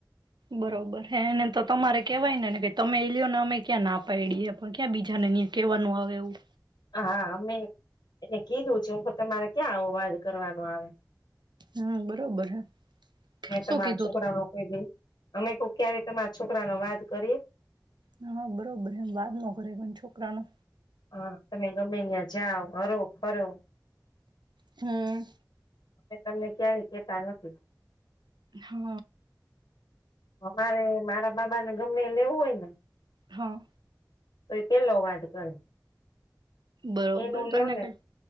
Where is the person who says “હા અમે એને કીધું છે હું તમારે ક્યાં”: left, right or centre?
Left